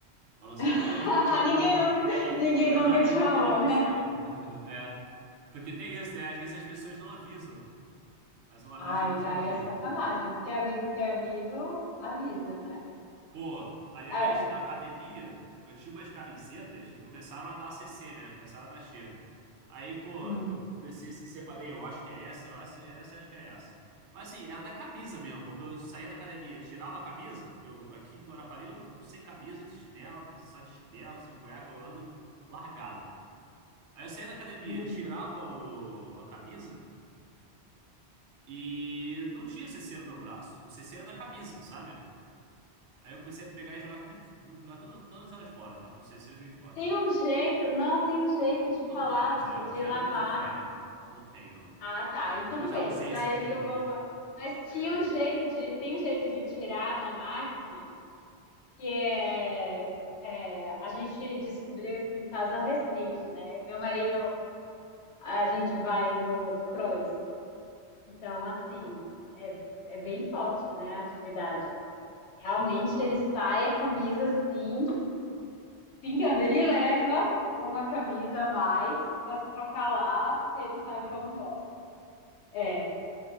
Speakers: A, on the right; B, on the left.
A: A não ser
B: <laughs>
A: que o meu, vi- meu, meu,
B: Ninguém nunca, ninguém
A: meu
B: nunca
A: nariz
B: te falou,
A: não esteja viciado.
B: né?
A: <laughs> É. Porque tem isso, né? Às vezes as pessoas não avisam. Mas um aviso
B: Ai,
A: avisaria.
B: aí é sacanagem, porque amigo que é amigo avisa, né?
A: Pô, aliás,
B: É.
A: na academia, eu tinha umas camisetas que começaram a dar CC, né? Começaram a dar cheiro. Aí, pô,
B: Hum,
A: eu comecei assim, separei, eu acho que é essa, eu acho que é essa, eu acho que é essa. Mas assim, era da camisa mesmo, porque eu saía da academia, tirava a camisa, eu aqui em Guarapari eu fico sem camisa, de chinelo, só de chinelo, sem cueca, eu ando largado. Aí eu saía da academia,
B: uhum.
A: tirava o- a camisa e não tinha CC no meu braço. O CC era da camisa, sabe? Aí eu comecei a pegar e jogar tudo, em- jogar todas, todas elas fora. Tá com CC, eu joguei fora.
B: Tem um jeito, não, tem um jeito de
A: Não
B: falar,
A: dá pra tirar.
B: de, de
A: Já
B: lavar.
A: era muito velha já. Não tem, não.
B: Ah,
A: Não
B: tá.
A: tem, não.
B: E tudo
A: Porque eu já
B: bem,
A: usei
B: você já
A: esse jeito
B: jogou
A: aí.
B: fora. Mas tinha
A: É.
B: um jeito de, tem um jeito de tirar na máquina? que é, é, a gente descobriu aqui em casa recente, né? Meu marido, a gente vai no cross, então assim,
A: Ah,
B: é, é bem forte, né, a atividade. Realmente
A: Aham.
B: ele sai a camisa assim, pingando. Ele leva uma camisa a mais para se trocar lá, porque ele sabe
A: Pra troca.
B: que eu não gosto. É.